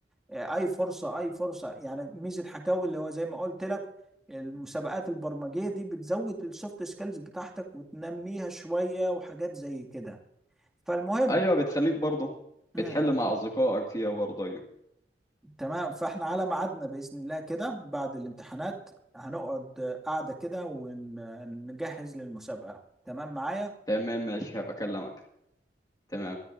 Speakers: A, in the centre; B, on the left (about 20°).
A: آه، اي فرصه اي فرصه يعني ميزه حكاوي اللي هو زي ما قلت لك المسابقات البرمجيه دي بتزود السوفت سكيلز بتاعتك وتنميها شويه وحاجات زي كده فالمهم
B: ايوه بتخليك برضه
A: م-
B: بتحل
A: م.
B: مع اصدقائك فيها برضه ايوه
A: تمام فاحنا على ميعادنا باذن الله كده بعد الامتحانات هنقعد قاعده كده ونجهز للمسابقه تمام معايا
B: تمام ماشي هبقى اكلمك تمام